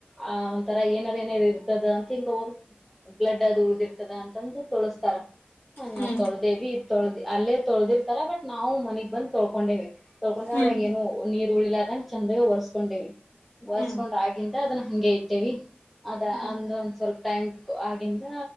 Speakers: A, in the centre; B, on the left.
A: ಆ ಒಂಥರ ಏನ ಏನೇ ಇರ್ತದ ಅಂತ ಹಿಂಗ ಹೋಗ ಬ್ಲಡ್ ಅದು ಉಳ್ದಿರ್ತದ ಅಂತಂದು ತೋಳಸ್ತಾರ ಹ ನಾವ
B: ಹ್ಮ್
A: ತೊಳ್ದೇವಿ ತೊಳ್ದಿ ಅಲ್ಲೇ ತೊಳ್ದಿರ್ತಾರ ಬಟ್ ನಾವು ಮನಗ್ ಬಂದ ತೊಳ್ಕೊಂಡೇವಿ ಡ
B: ಹ್ಮ್
A: ಅದ್ರಾಗ ಏನು ನೀರು ಉಳಿಲ್ಲ ಅದ ಚಂದಾಗ ಒರ್ಸ್ಕೊಂಡಿವವಿ ಒರ್ಸ್ಕೊಂಡ್
B: ಹ್ಮ್
A: ಆಗಿಂತ ಅದನ್ನ ಹಗೆ ಇತೇವಿ ಅದ
B: ಹ್ಮ್
A: ಅಂದ್ರೆ ಒಂದ್ ಸ್ವಲ್ಪ ಟೈಮ್ ಆಗಂದ